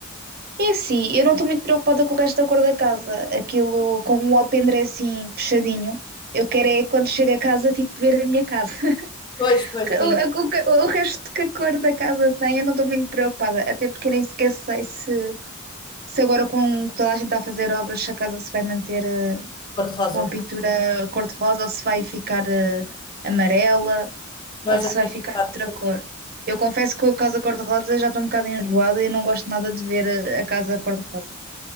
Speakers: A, on the right; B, on the left.
A: É assim, eu não estou muito preocupada com o resto da cor da casa. Aquilo, como o alpendre é assim, fechadinho, eu quero é quando chego a casa, tipo, ver a minha casa. <laughs>
B: Pois, pois, sim.
A: O, o- o resto que a cor da casa tem, eu não estou muito preocupada. Até porque eu nem sequer sei se, se agora com toda a gente a fazer obras, se a casa se vai manter eh,
B: Cor de rosa.
A: com a pintura cor-de-rosa ou se vai ficar eh, amarela
B: Então
A: ou
B: eu já
A: se
B: tinha
A: vai ficar
B: pensado
A: outra
B: sobre
A: cor.
B: isso.
A: Eu confesso que com a casa cor-de-rosa já estou um bocado enjoada e não gosto nada de ver eh, a casa cor-de-rosa.